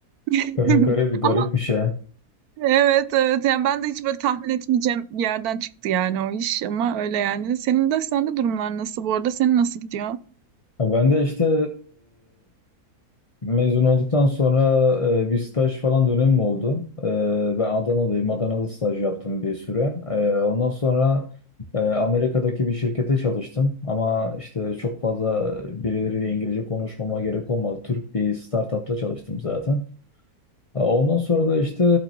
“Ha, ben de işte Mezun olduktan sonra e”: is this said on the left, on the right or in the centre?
Left